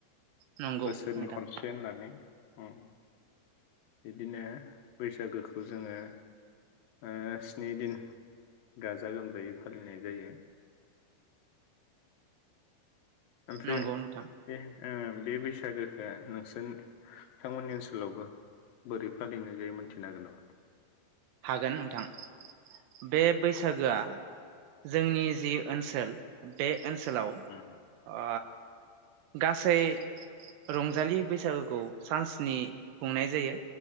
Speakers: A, on the right; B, on the left.
A: नंगौ
B: बोसोरनि
A: नोंथां
B: खनसे होननानै उम। बिदिनो बैसागोखौ जोङो ओ स्नि दिन गाजा गोमजायै फालिनाय जायो। ओमफ्राय
A: नंगौ नोंथां
B: बे ओ बे बैसागोखो नोंसोर थांमोननि ओनसोलावबो बोरै फालिनाय जायो मोनथिनो हागोन नामा?
A: हागोन नोंथां। बे बैसागोआ जोंनि जि ओनसोल बे ओनसोलाव
B: नामा?
A: आ गासै रंजालि बैसागोखौ सानस्नि खुंनाय जायो।